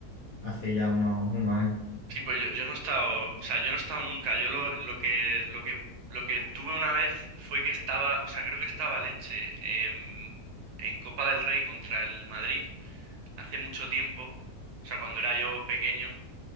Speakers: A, on the left (about 50°); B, on the right (about 75°).
A: hace ya unos, unos años.
B: Sí, pues yo, yo no he estado, o sea, yo no he estado nunca. Yo lo, lo que, lo que, lo que tuve una vez fue que estaba, o sea, creo que estaba el Elche en, en Copa del Rey contra el Madrid hace mucho tiempo, o sea, cuando era yo pequeño,